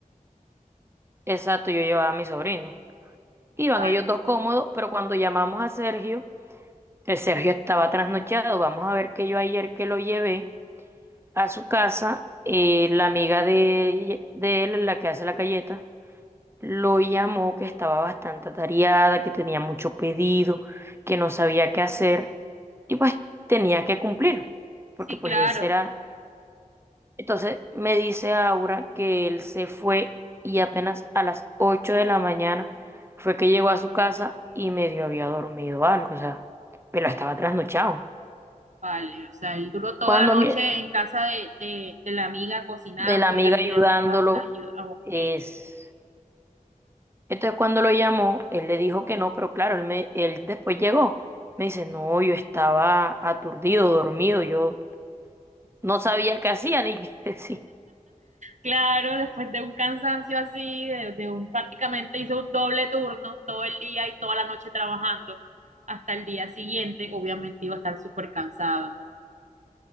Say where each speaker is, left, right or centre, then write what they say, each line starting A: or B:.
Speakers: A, on the right (about 15°); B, on the right (about 60°).
A: Exacto, yo llevaba a mi sobrino. Iban
B: Vale.
A: ellos dos cómodos, pero cuando llamamos a Sergio, el Sergio estaba trasnochado. Vamos a ver que yo ayer que lo llevé a su casa, eh, la amiga de, de él, la que hace la galleta, lo llamó que estaba bastante atareada, que tenía mucho pedido, que no sabía qué hacer y pues tenía que cumplir, porque
B: Sí,
A: pues
B: claro.
A: ese era entonces me dice Aura que él se fue y apenas a las 8 de la mañana fue que llegó a su casa y medio había dormido algo, o sea, pero estaba trasnochado.
B: Vale, o sea, él duró toda
A: Cuando
B: la noche
A: mi-
B: en casa de, de, de la amiga cocinando
A: de la amiga
B: y haciendo
A: ayudándolo
B: la, la ayuda. Ah, Ok.
A: es entonces cuando lo llamó, él le dijo que no, pero claro, él me- él después llegó. Me dice, "No, yo estaba aturdido, dormido, yo no sabía qué hacía ni qué decir."
B: Claro, después de un cansancio así, de, de un prácticamente hizo un doble turno todo el día y toda la noche trabajando hasta el día siguiente, obviamente iba a estar súper cansado.